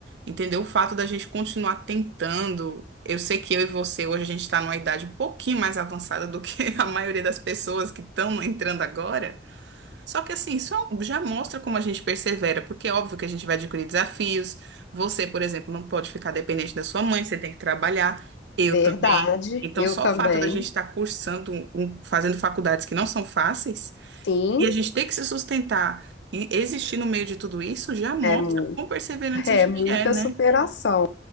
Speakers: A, on the right; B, on the left.
A: entendeu? O fato da gente continuar tentando. Eu sei que eu e você hoje a gente está numa idade um pouquinho mais avançada do que <laughs> a maioria das pessoas que estão entrando agora. Só que assim, isso é um, já mostra como a gente persevera, porque é óbvio que a gente vai adquirir desafios. Você, por exemplo, não pode ficar dependente da sua mãe, você tem que trabalhar, eu
B: verdade,
A: também. Então,
B: eu
A: só
B: também,
A: o fato da gente estar cursando, um- um, fazendo faculdades que não são fáceis,
B: sim,
A: e a gente ter que se sustentar e existir no meio de tudo isso, já mostra
B: é muito.
A: quão perseverante
B: É
A: a gente
B: muita
A: é, né?
B: superação,